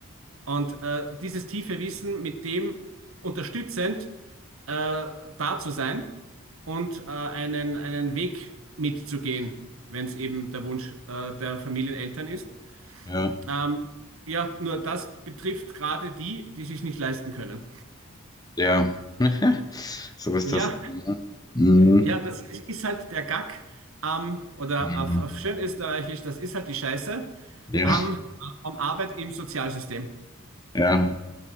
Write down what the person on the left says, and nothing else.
ja,
ja. <laughs> So ist
das. Mhm. Mhm.
Mhm.
Ja,
ja.